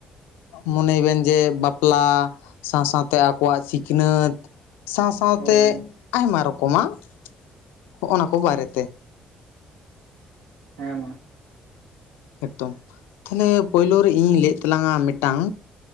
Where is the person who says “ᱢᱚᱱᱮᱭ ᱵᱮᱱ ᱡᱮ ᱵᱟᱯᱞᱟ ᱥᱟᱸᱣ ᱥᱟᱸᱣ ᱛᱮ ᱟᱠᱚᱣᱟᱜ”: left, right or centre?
Left